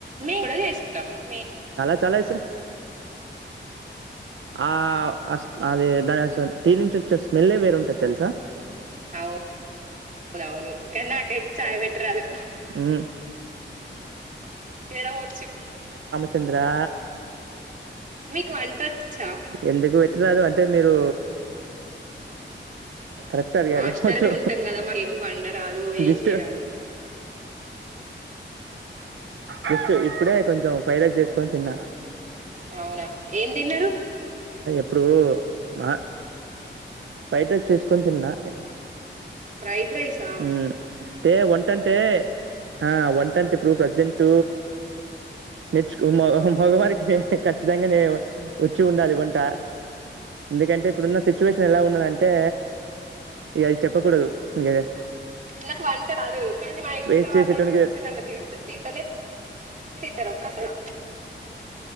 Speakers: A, on the right (about 40°); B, on the right (about 85°).
A: మేము కూడా చేసుకుంటాం మే
B: చాలైసే ఆ అస్ అదే <unintelligible> దీని నుంచి వచ్చే స్మెల్లే వేరుంటది తెలుసా.
A: అవును అవును నాకైతే చాయ్ పెట్టరాదు.
B: మ్మ్.
A: తినడం వచ్చు.
B: చంద్రా.
A: మీకు వంట వచ్చా
B: ఎందుకు పెట్ రాదు అంటే మీరు కరెక్ట్ అడిగారు
A: హాస్టలనే
B: వచ్చు
A: ఉంటాం కదా మాకు ఏం వండరాదు, ఏం
B: జస్ట్
A: చేయరాదు.
B: జస్ట్ ఇప్పుడే కొంచెం ఫ్రైడ్ రైస్ చేసుకొని తిన్నా.
A: అవునా ఏంతిన్నరు?
B: ఇప్పుడూ ఆ ఫ్రైడ్ రైస్ చేసుకొని తిన్నా.
A: ఫ్రైడ్ రైసా.
B: మ్, అంటే వంటంటే ఆ వంటంటే ఇప్పుడు ప్రజెంట్ నేర్చు మగ మగవారికి ఖచ్చితంగా వచ్చి ఉండాలి వంట. ఎందుకంటే ఇప్పుడున్న సిచ్యువేషన్ ఎలా ఉన్నదంటే ఇగ అది చెప్పకూడదు. గదే
A: నాకు వంట రాదు కానీ మా ఇంట్లో
B: ఫేస్
A: వాళ్ళయితే
B: చేసేటోనికి
A: మంచిగా నన్ను తిడుతూ తిట్టలే తిట్టార ఒక్కసారి అయినా